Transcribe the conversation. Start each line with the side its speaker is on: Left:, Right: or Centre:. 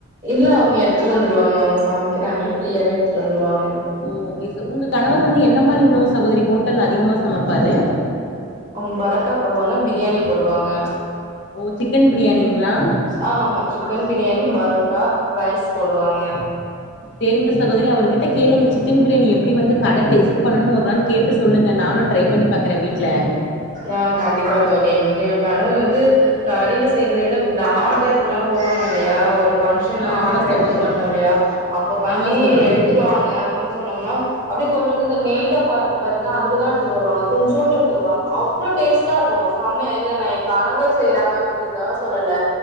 Right: இல்ல அவுங்க எடுத்துட்டு வந்துருவாங்க அவுங்க சமைக்கிறாங்கள ஃப்ரீயாவே எடுத்துட்டு வந்துருவாங்க
Left: ஓ ஓகே ச உங்கஸகணவர் வந்து என்ன மாரி உணவு சகோதரி ஹோட்டல்ல அதிகமா சமைப்பாரு
Right: அவுங்க பரோட்டா போடுவாங்க பிரியாணி போடுவாங்க
Left: ஓ சிக்கன் பிரியாணிங்களா
Right: ஆ ஆமா சிக்கன் பிரியாணி பரோட்டா ரைஸ் போடுவாங்க
Left: சேரிங்க சகோதரி அவர்கிட்ட கேளுங்க சிக்கன் பிரியாணி எப்டி வந்து கட டேஸ்ட்டு பண்ணணுன்னு ஒரு நாள் கேட்டு சொல்லுங்க நானு ட்ரை பண்ணி பாக்கறே வீட்ல
Right: ஆ கண்டிப்பா தோழி ம் யே கணவர் வந்து கடைல செய்றத விட இப்ப இந்த ஆடர் க்லா போவாங்க இல்லையா ஒரு ஃபங்க்ஷன்னா
Left: ஆ ஆமா
Right: ஆர்ட்ரு
Left: சகோதரி
Right: எடுத்து பண்ணுவோ இல்லையா அப்ப பண்ணி
Left: ஆமா சகோதரி
Right: எடுத்துட்டு வாங்க ன்னு சொன்னோம்னா அப்டியே கொஞ்சோண்டு இந்த நெய் டப்பா இருக்கு பாருங்க அதுலதா எடுத்துட்டு வருவாங்க கொஞ்சோண்டு எடுத்து வருவாங் அவ்ளோ டேஸ்ட்டா இருக்கு செமையா இல்ல நா யேன் கணவர் செய்யறாங்க அப்டிங்கறதுக்காக சொல்லல